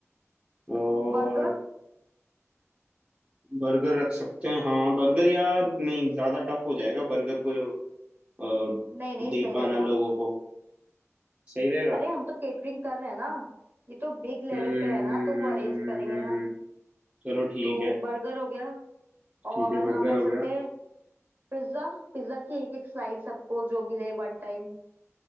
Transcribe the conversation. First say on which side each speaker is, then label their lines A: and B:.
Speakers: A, on the right (about 25°); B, on the right (about 45°).
A: और
B: बर्गर
A: बर्गर रख सकते हैं हाँ बर्गर यार नहीं ज्यादा टफ हो जाएगा बर्गर को अ,
B: नहीं नहीं
A: दे
B: सही
A: पाना
B: रहेगा
A: लोगों को सही रहेगा
B: अरे हम तो केटरिंग कर रहे हैं ना ये तो बिग लेवल
A: हम्म
B: पे है ना
A: हम्म,
B: तो वो
A: हम्म,
B: अरेंज
A: हम्म,
B: करेंगे
A: हम्म,
B: ना
A: हम्म, हम्म, चलो ठीक
B: तो
A: है
B: बर्गर हो गया और
A: ठीक है बर्गर
B: हम रख
A: हो
B: सकते
A: गया
B: हैं पिज्जा पिज्जा की एक एक स्लाइस सबको जो भी ले वन टाइम